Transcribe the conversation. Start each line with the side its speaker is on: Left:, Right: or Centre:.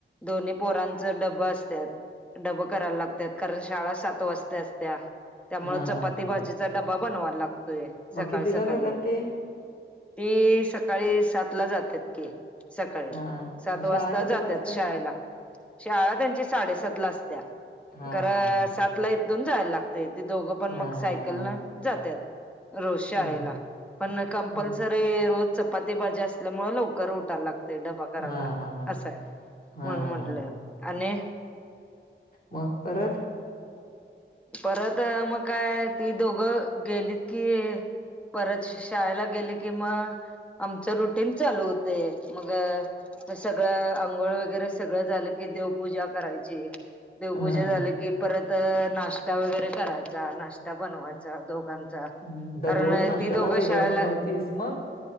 Centre: दोन्ही पोरांच डबबा असतात. डबं करायला लागतात कारण शाळा सात वाजत्या असत्या. त्यामुळे
Left: हा
Centre: चपाती
Left: हा हा
Centre: भाजीचा
Left: हा
Centre: डबा बनवाला लागतोय सकाळी
Left: मग कितीला
Centre: सकाळी
Left: जातात ते
Centre: ती सकाळी सात ला जातात की सकाळी
Left: हा
Centre: सात
Left: मग
Centre: वाजता.
Left: शाळा कितीला
Centre: जातात
Left: असते
Centre: शाळेला शाळा त्यांची साडे सात असत्या
Left: हा
Centre: खरा
Left: हा हा
Centre: सात आपला दोन जायला लागतय ते दोघं पण
Left: हा
Centre: मग
Left: हा
Centre: सायकल
Left: हा
Centre: न जातात. रोज शाळेला
Left: हम्म
Centre: पण कम्पल्सरी
Left: हा
Centre: हे रोज चपाती भाजी असल्यामुळे लवकर उठायला लागते डबा करायला.
Left: हा हा हा
Centre: असंय
Left: हा
Centre: म्हणून
Left: हा
Centre: म्हटलं,
Left: हा
Centre: आणि
Left: मग परत.
Centre: परत मग काय, ती दोघं गेलीत, की परत शाळेला गेली, कि म्हा. आमच रुटीन चालू होते मग सगळ अंघोळ वगैरे सगळं झालं की देवपूजा करायची, देवपूजा
Left: हा
Centre: झाल की परत नाश्ता वगैरे करायचा, नाश्ता बनवायचा दोघां
Left: हम्म, दररोज
Centre: कारण
Left: नाश्त्याला
Centre: ती दोघं
Left: वेगळं
Centre: शाळेला
Left: बनवतीस मग